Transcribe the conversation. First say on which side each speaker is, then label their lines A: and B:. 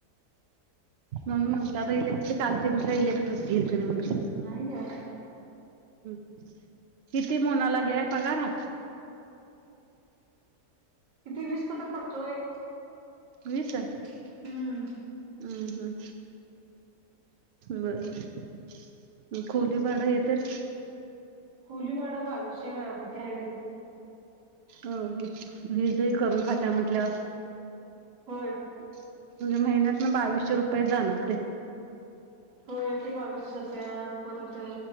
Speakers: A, on the right; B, on the right.
A: म्हणून म्हटलं आता इलेक्ट्रिक आलती म इलेक्ट्रिक घेईल
B: नाही घ्यायला
A: <unintelligible> किती मोनाला हेय पगार
B: किती वीस पत्र पडतोय
A: वीस हम्
B: हम्म
A: हम्म बरोबर खोली भाड हे तर
B: खोलीभाड बाविशे किती आहे बाई
A: अ वीजही करून खात्या म्हंटलं
B: होय
A: म्हणजे महिन्यात ना बावीसशे रुपये जाणार
B: होय ते बावीशे जात्यात परत